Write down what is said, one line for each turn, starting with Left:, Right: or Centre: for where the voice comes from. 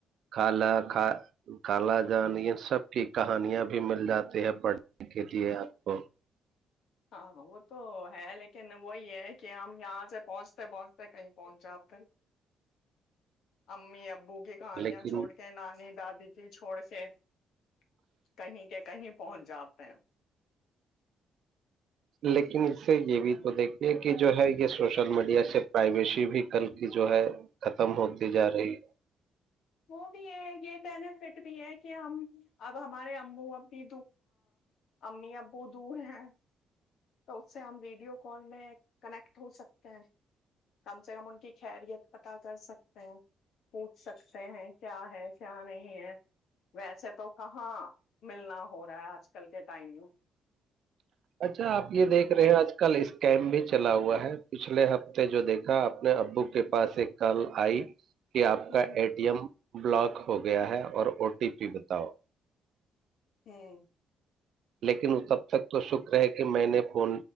Right: کالا کا کالا جان یہ سب کی کہانیاں بھی مل جاتی ہیں پڑھنے کے لیے آپ کو <unintelligible>
Left: ہاں وہ تو ہے لیکن وہی ہے کہ ہم یہاں سے پہنچتے پہنچتے کہیں پہنچ جات ت امی ابو کہانیا
Right: لیکن
Left: چھوڑ کے نانی داد دی چھوڑ سے <unintelligible> کہیں کہ کہیں پہنچ جاپ ت <unintelligible>
Right: لیکن <unintelligible> سے یہ بھی
Left: ہوں،
Right: تو دیکھتی کہ <unintelligible> جو ہے یہ سوشل میڈیا سے پرائیویسی بھی کل کی جو ہے ختم ہوتی جا رہی <unintelligible>
Left: وہ بھی ہے یہ بینیفٹ بھی ہے کہ ہم اب ہمارے امو ا بھی امی ابو دور ہیں تو اس سے ہم ویڈیو کال میں کنیکٹ ہو سکتے ہیں کم سے کم ان کی خیریت پتا کر سکتے ہیں پوچھ سکتے ہیں کیا ہے کیا نہیں ہے ویسے تو کہاں ملنا ہو رہا ہے آج کل کل کے ٹائوں
Right: اچھا آپ یہ دیکھ رہے ہیں آج کل اسکم بھی چلا ہوا ہے پچھلے ہفتے جو دیکھا اپنے ابو کے پاس ایک کال آئی کہ آپ
Left: ہوں
Right: کا ا ٹی ایم بلاک ہو گیا ہے اور او ٹی پی بتاؤ
Left: ہوں
Right: لیکن تب تک تو شکر ہے کہ میں نے فون